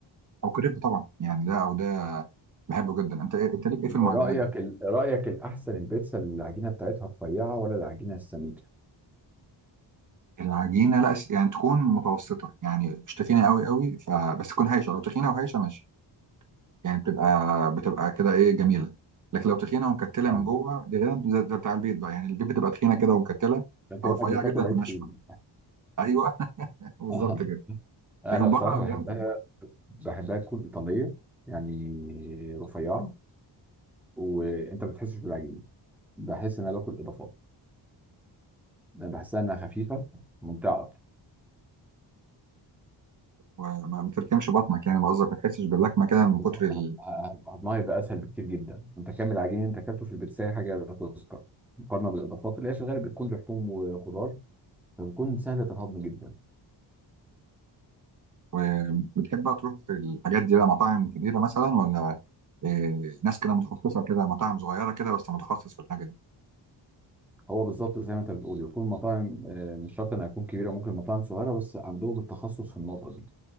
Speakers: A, on the right; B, in the centre.
A: او كريب طبعا يعني ده او ده بحبه جدا انت إيه- انت ليك ايه في المعجنات
B: رأيك ال- رأيك الأحسن البيتزا اللي العجينة بتاعتها رفيعة ولا العجينة السميكة؟
A: العجينه لا س- يعني تكون متوسطه يعني مش تخينه قوي قوي فبس تكون هايشه لو تخينه وهايشه ماشي يعني بتبقى بتبقى كده ايه جميله لكن لو تخينه ومكتله
B: فاهمك.
A: من جوه دي غير زي زي بتاع البيت بقى يعني البيت بتبقى تخينه كده ومكتله
B: ده كأنك
A: او رفيعه
B: بتاكل
A: جدا
B: عيش
A: وناشفه
B: فينو
A: ايوه <laughs> بالظبط
B: <laughs>
A: كده
B: انا
A: لكن
B: بصراحه
A: بره
B: بحبها
A: بيعرف يظبط
B: بحبها تكون ايطاليه يعني رفيعه وانت ما بتحسش بالعجين بحس ان انا باكل اضافات انا بحسها انها خفيفه ممتعه أكتر.
A: وما ما تلكمش بطنك يعني لو قصدك ما تحسش باللكمه كده من
B: بالظبط
A: كتر ال...
B: هض- هض- هضمها يبقى اسهل بكتير جدا انت كامل العجين اللي انت اكلته في البيتزا حاجه لا تذكر مقارنه بالاضافات اللي هي في الغالب بتكون لحوم وخضار فبتكون سهله الهضم جدا
A: وبتحب بقى تروح في الحاجات دي بقى مطاعم كبيره مثلا ولا إيه، ناس كده متخصصه كده مطاعم صغيره كده بس متخصص في الحاجه دي
B: هو بالظبط زي ما انت بتقول يكون مطاعم آه، مش شرط انها تكون كبيره ممكن مطاعم صغيره بس عندهم التخصص في النقطه دي